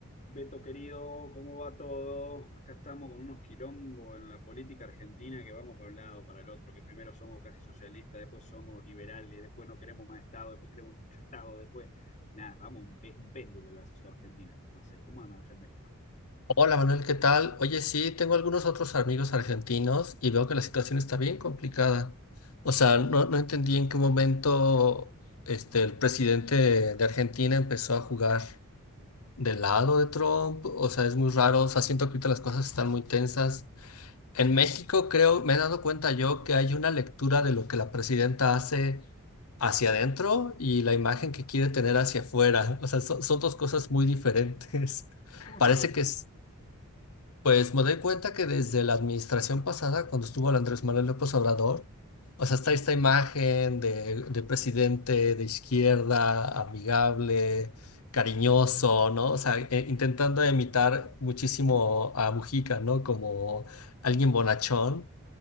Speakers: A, on the left; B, on the left.
A: Beto querido, ¿cómo va todo? Acá estamos con unos quilombos en la política argentina que vamos para un lado, para el otro, que primero somos casi socialistas, después somos liberales, después no queremos más Estado, después queremos mucho Estado, después nada, vamos, un- es un péndulo la sociedad argentina. No sé, ¿cómo andan allá en México?
B: Hola Manuel, ¿qué tal? Oye, sí, tengo algunos otros amigos argentinos y veo que la situación está bien complicada. O sea, no, no entendí en qué momento este, el presidente de Argentina empezó a jugar del lado de Trump. O sea, es muy raro. O sea, siento que ahorita las cosas están muy tensas. En México creo, me he dado cuenta yo que hay una lectura de lo que la presidenta hace hacia adentro y la imagen que quiere tener hacia afuera. O sea, son son dos cosas muy diferentes. <laughs>
A: ¿Y cómo
B: Parece
A: sería eso?
B: que es... Pues me doy cuenta que desde la administración pasada, cuando estuvo el Andrés Manuel López Obrador, o sea, está esta imagen de, de presidente de izquierda, amigable, cariñoso, ¿no? O sea, e- intentando imitar muchísimo a Mujica, ¿no? Como alguien bonachón,